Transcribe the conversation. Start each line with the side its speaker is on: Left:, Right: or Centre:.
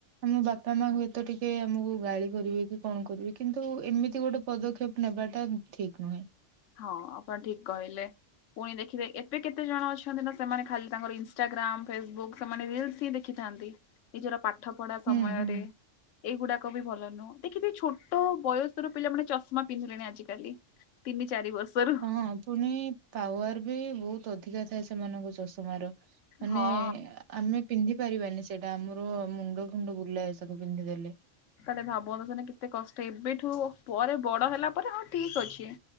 Right: ଆମ ବାପା ମା ହୁଏତ ଟିକେ ଆମକୁ ଗାଳି କରିବେ କି କଣ କରିବେ କିନ୍ତୁ ଏମିତି ଗୋଟେ ପଦକ୍ଷେପ ନେବାଟା ଠିକ ନୁହେଁ।
Left: ହଁ ଆପଣ ଠିକ କହିଲେ। ପୁଣି ଦେଖିବେ ଏବେେ କେତେ ଜଣ ଅଛନ୍ତି ନା ସେମାନେ ଖାଲି ତାଙ୍କର ଇନଷ୍ଟାଗ୍ରାମ ଫେସବୁକ୍ ସେମାନେ ରିଲସ ହିଁ ଦେ ଦେଖିଥାନ୍ତି ନିଜର ପାଠ ପଢା ସମୟରେ
Right: ହୁଁ ହୁଁ
Left: ଏଇଗୁଡାକ ବି ଭଲ ନୁହଁ ଦେଖିଥିବେ ଛୋଟ ଛୋଟ ବୟସର ପିଲାମାନୋନେ ଚଷମା ପିନ୍ଧିଲେଣି ଆଜିକାଲି। ତିନି ଚାରି ବର୍ଷର।
Right: ହଁ ହଁ ପୁଣି ପାୱାର ବି ବହୁତ ଅଧିକା ଥାଏ ସେମାନଙ୍କ ଚଷମାର। ମାନେ
Left: ହଁ।
Right: ଆମେ ପିନ୍ଧି ପାରିବାନି ସେଟା ଆମର ମୁଣ୍ଡ ପୁଣ୍ଡ ବୁଲାଏ ସବୁ ପିନ୍ଧିଦେଲେ।
Left: ତାହେଲେ ଭାବନ୍ତୁ ସେଟା କେତେ କଷ୍ଟ ଏବେଠୁ ପରେ ବଡ ହେଲା ପରେ ହଁ ଠିକ ଅଛି।